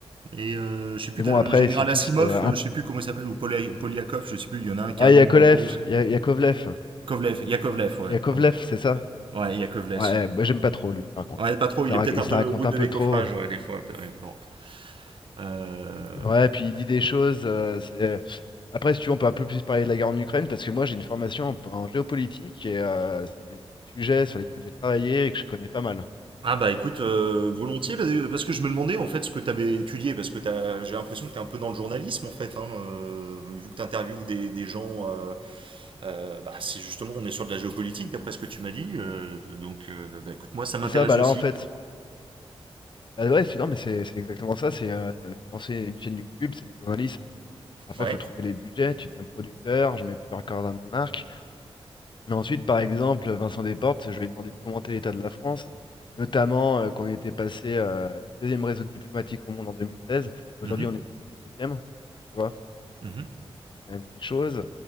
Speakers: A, on the right; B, on the left.
A: Et euh, je sais plus,
B: Mais
A: t'as
B: bon,
A: le
B: après,
A: général
B: ils sont tous.
A: Asimov,
B: euh, un-
A: euh, je sais plus comment il s'appelle, ou Poly- Polyakov, je sais plus, il y en a un qui
B: Ah,
A: a un
B: il
A: nom
B: y a Kolev,
A: un peu russe.
B: il y a, il y a Kovlev.
A: Kovlev, Yakovlev, ouais.
B: Il y a Kovlev,
A: Ouais,
B: c'est ça?
A: ouais Yakovlev.
B: Ouais, bah, j'aime pas trop lui, par contre.
A: Ouais,
B: hein.
A: pas trop,
B: Il
A: il
B: se la,
A: est
B: rac-
A: peut-être
B: il
A: un
B: se
A: peu
B: la raconte
A: brut
B: un
A: de
B: peu
A: décoffrage,
B: trop.
A: ouais, des fois. ouais, bon. Euh,
B: Ouais, puis il dit des choses. euh, c'est... euh, Après, si tu veux, on peut un peu plus parler de la guerre en Ukraine, parce que moi, j'ai une formation en, en géopolitique et euh, c'est des c'est des sujets sur lesquels j'ai travaillé et que je connais pas mal.
A: Ah bah écoute, euh, volontiers, parce parce que je me demandais en fait ce que tu avais étudié, parce que t'as- j'ai l'impression que tu es un peu dans le journalisme en fait, hein, euh, vu que tu interviews des, des gens, euh, euh, bah, c'est justement, on est sur de la géopolitique d'après ce que tu m'as dit, euh, donc euh, bah écoute, moi ça m'intéresse
B: C'est ça, bah
A: aussi.
B: là en fait, bah ouais, c'est non, mais c'est c'est exactement ça, c'est euh, euh, lancer une chaîne YouTube, c'est du journalisme en fait. hein. Après,
A: Ouais.
B: il faut trouver les budgets, tu deviens producteur, je mets plusieurs cordes à mon arc. Mais ensuite, par exemple, Vincent Desportes, je lui ai demandé de commenter l'état de la France, notamment euh, qu'on était passé euh, du deuxième réseau diplomatique au monde en 2016, et
A: Mhm,
B: aujourd'hui on est plus que le septième, tu vois, c'est
A: mhm,
B: c'est quand même des choses.